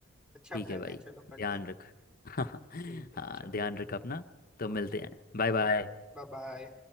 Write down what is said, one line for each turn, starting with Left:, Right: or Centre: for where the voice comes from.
Centre: अच्छा
Left: ठीक
Centre: प्लान
Left: है भाई
Centre: है चलो करते
Left: ध्यान
Centre: हैं
Left: रख <laughs> हाँ
Centre: ठीक है चलो
Left: ध्यान रख अपना तो मिलते
Centre: हाँ
Left: हैं बाय बाय
Centre: Bye bye